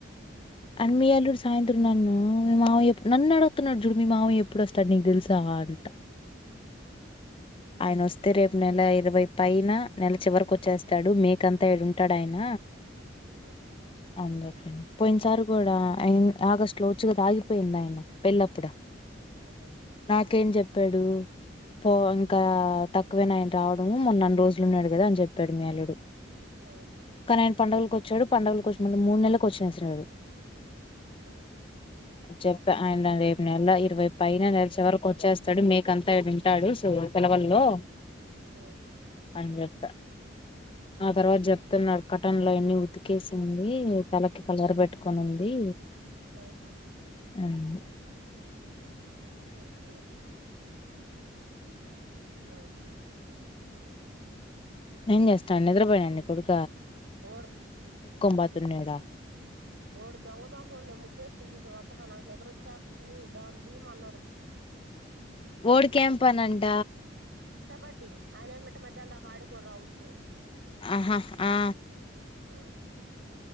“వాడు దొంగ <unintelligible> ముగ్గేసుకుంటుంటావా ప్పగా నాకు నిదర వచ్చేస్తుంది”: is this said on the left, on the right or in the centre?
Right